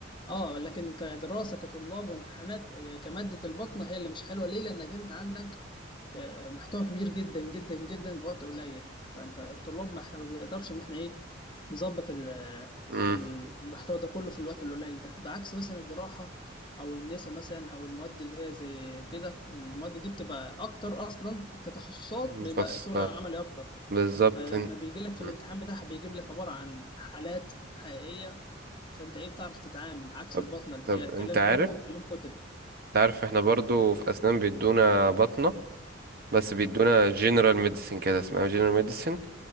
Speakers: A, on the left (about 25°); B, on the right (about 50°).
A: اه لكن كدراسه كطلاب وامتحانات آه، كماده البطنه هي اللي مش حلوه ليه لانك انت عندك محتوى كبير جدا جدا جدا في وقت قليل فانت الطلاب ما احنا ما بنقدرش ان احنا ايه نظبط ال-
B: امم
A: المحتوى ده كله في الوقت القليل ده بعكس مثلا الجراحة او النساء مثلا او المواد اللي هي زي كده المواد دي بتبقى اكتر اصلا كتخصصات
B: مفصل
A: بيبقى شغل عملي اكتر
B: بالظبط
A: فلما
B: ان-
A: بيجي لك في
B: مم.
A: الامتحان بتاعها بيجيب لك عبارة عن حالات حقيقية فانت ايه بتعرف تتعامل عكس
B: طب
A: البطنة اللي
B: طب
A: هي كلام
B: انت عارف
A: كله كلام كتب
B: انت عارف احنا برضو في اسنان بيدونا بطنة بس بيدونا
A: م-
B: جنرال ميديسن كده اسمها جنرال ميديسن